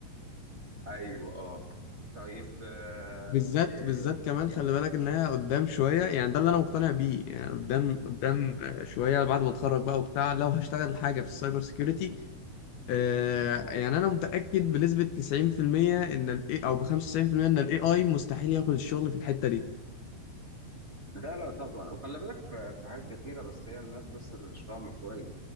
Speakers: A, on the right (about 25°); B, on the left (about 75°).
A: ايوه اه طيب آه،
B: بالذات بالذات كمان خلي
A: آه،
B: بالك انها قدام شويه يعني ده اللي انا مقتنع بيه يعني قدام قدام آه، شويه بعد ما اتخرج بقى وبتاع لو هشتغل حاجه في السايبر سيكيورتي آه،
A: اه
B: يعني انا متاكد بنسبه 90% ان الاي او ب 95% ان الاي اي مستحيل ياخد الشغل في الحته دي
A: لا لا طبعا وخلي بالك في في حاجات كتيرة بس هي الناس بس اللي مش فاهمة كويس